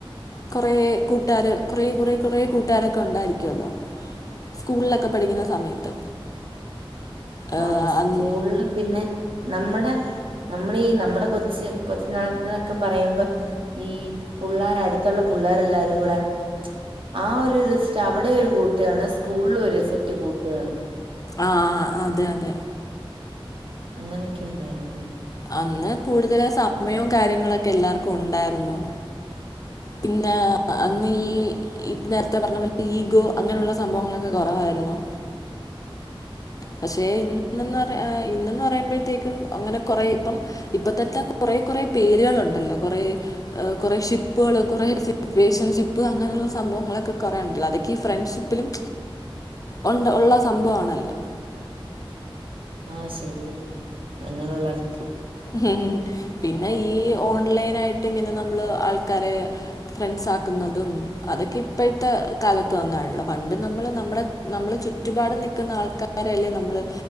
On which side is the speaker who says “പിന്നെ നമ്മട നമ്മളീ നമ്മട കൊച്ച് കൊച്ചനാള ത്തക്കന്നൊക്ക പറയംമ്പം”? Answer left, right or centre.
Right